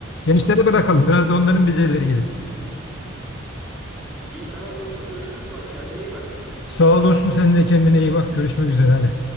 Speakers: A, on the left (about 60°); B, in the centre.
A: Gençlere bırakalım. Biraz da onların becerileri gelişsin.
B: İyi tamam dostum görüşürüz sonra kendine iyi bak.
A: Sağ ol dostum. Sen de kendine iyi bak. Görüşmek üzere hadi.